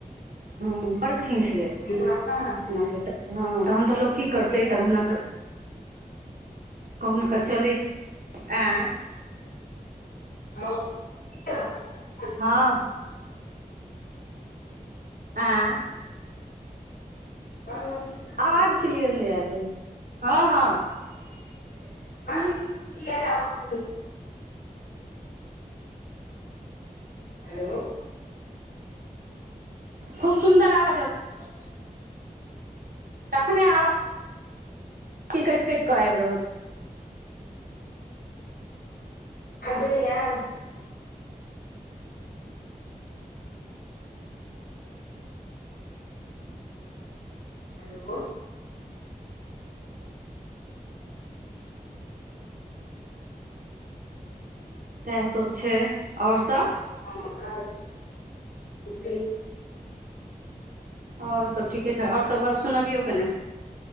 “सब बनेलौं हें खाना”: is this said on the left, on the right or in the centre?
Left